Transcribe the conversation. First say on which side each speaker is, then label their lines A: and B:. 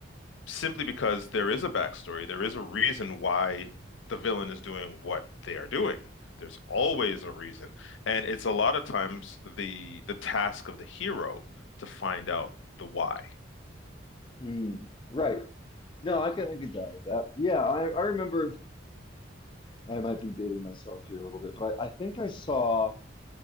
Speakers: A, on the left; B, on the left.
A: Simply because there is a backstory, there is a reason why the villain is doing what they are doing. There's always a reason, and it's a lot of times the the task of the hero to find out the why.
B: Mm, right. No, I can I can down with that. Yeah, I, I remember I might be dating myself here a little bit, but I, I think I saw